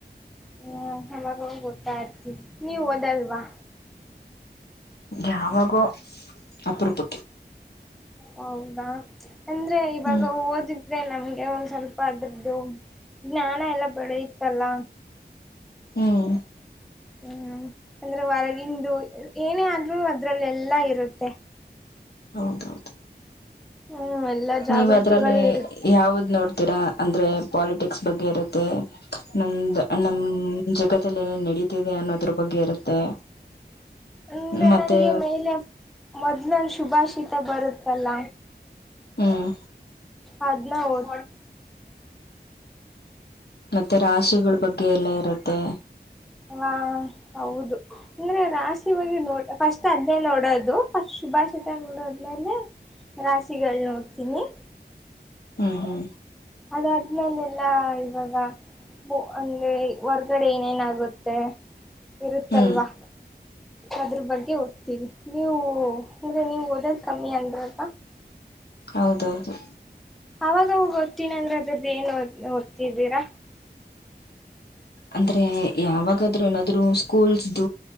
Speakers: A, in the centre; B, on the left.
A: ಹೂ ಅವಾಗವಾಗ ಓದ್ತಾ ಇರ್ತೀನಿ ನೀವ್ ಓದೋದಿಲ್ವಾ
B: ಯಾವಾಗೋ ಅಪರೂಪಕ್ಕೆ
A: ಹಾ ಹೌದಾ ಅಂದ್ರೆ ಇವಾಗ
B: ಹ್ಮ್
A: ಓದಿದ್ರೆ ನಮ್ಗೆ ಒಂದ ಸ್ವಲ್ಪ ಅದ್ರದ್ದು ಜ್ಞಾನ ಎಲ್ಲ ಬಡಯತಲ್ಲ
B: ಹ್ಮ್
A: ಹ್ಮ್ ಅಂದ್ರೆ ಹೊರಗಂದು ಏನೇ ಆದ್ರರು ಅದ್ರಲ್ಲೆಲ್ಲಾ ಇರುತ್ತೆ
B: ಹೌದೌದು
A: ಹ್ಮ್ ಎಲ್ಲಾ ಜಾಗೃತಿಗಳು
B: ನೀವ ಅದ್ರಲ್ಲಿ
A: ಇರುತ್ತೆ
B: ಯಾವ್ದ ನೋಡ್ತೀರಾ ಅಂದ್ರೆ ಪಾಲಿಟಿಕ್ಸ್ ಬಗ್ಗೆ ಇರುತ್ತೆ ನಮ್ದ ನಮ ಜಗದಲ್ಲಿ ಏನೇನ್ ನಡೀತಿದೆ ಅನ್ನೋದ್ರ ಬಗ್ಗೆ ಇರುತ್ತೆ
A: ಅಂದ್ರೆ
B: ಮತ್ತೆ
A: ನನಗೆ ಮೇಲೆ ಮೊದ್ಲನ್ ಶುಭಾಶಿತ ಬರುತ್ತಲ್ಲ
B: ಹ್ಮ್
A: ಬದಲ
B: ಮತ್ತೆ ರಾಶಿಗಳ ಬಗ್ಗೆ ಎಲ್ಲ ಇರುತ್ತೆ
A: ಹಾ ಹೌದು ಅಂದ್ರೆ ರಾಶಿಿವಗ್ ನೋಡ್ ಫಸ್ಟ್ ಅದ್ನೇ ನೋಡೋದು ಶುಭಾಶಿತ ನಡೋದ್ಮೇಲೆ ರಾಶಿಗಳು ನೋಡ್ತೀನಿ
B: ಹ್ಮ್ ಹ್ಮ್
A: ಅದ ಅದ್ಮೇಲೆ ಎಲ್ಲಾ ಇವಾಗ ಬ ಒಂದೆ ಹೊರ್ಗಡೆ ಏನೇನಾಗುತ್ತೆ ಇರುತ್ತಲ್ವಾ
B: ಹ್ಮ್
A: ಅದ್ರ ಬಗ್ಗೆ ಓದ್ತೀವಿ ನೀವು ಅಂದ್ರೆ ನೀವು ಓದೋದ್ ಕಮ್ಮಿ ಅಂದ್ರಲ್
B: ಹೌದೌದು
A: ಅವಾಗ ಓದ್ತಿನಿ ಅಂದ್ರೆ ಅದ್ರದ್ದ ಏನ್ ಓದ್ತಿದ್ದೀರಾ
B: ಅಂದ್ರೆ ಯಾವಾಗಾದ್ೂ ಏನಾದ್ರು ಸ್ಕೂಲ್್ದ